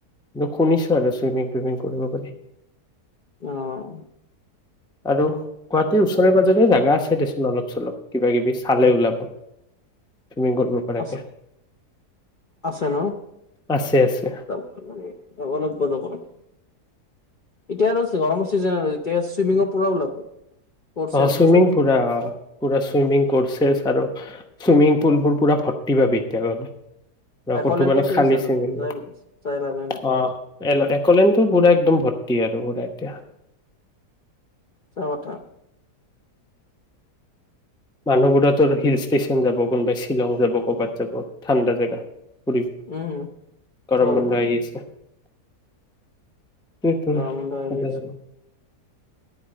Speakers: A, in the centre; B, on the left.
A: কিন্তু শুনিছো আৰু চুইমিং তুইমিং কৰিব পাৰি।
B: আহ।
A: আৰু গুৱাহাটীৰ ওচৰে পাজৰে জাগা আছে দেচোন অলপ চলপ কিবা কিবি চালে ওলাব। চুইমিং কৰিব পৰাকে
B: আছে আছে ন
A: আছে আছে
B: <unintelligible> এতিয়া আৰু আছে গৰমৰ চিজন আৰু এতিয়া চুইমিঙৰ পুৰা ওলাব। কৰ্চেছবোৰ
A: অ চুইমিং
B: চাবি
A: পুৰা অ পুৰা চুইমিং কৰিছ <unintelligible> আৰু চুইমিং পুল বোৰ পুৰা ভৰ্তি পাবি এতিয়া গলে। অ
B: একলেণ্ডটো
A: কতো মানে
B: চেচ
A: খালিছে
B: আৰু
A: অ
B: যাই যাই লাভে নাই
A: এক'লেণ্ড তু পুৰা একদম ভৰ্তি। <unintelligible>
B: সচা কথা।
A: মানুহবোৰতৰ হিল ষ্টেচন যাব, কোনোবাই শ্বিলং যাব, ক'ৰবাত যাব ঠাণ্ডা জেগা। কৰিম
B: উম
A: গৰম
B: হয়
A: বন্ধ আহি আছে। সেইটোৱে
B: গৰম বন্ধ আহি
A: সেইটোৱে
B: আছে।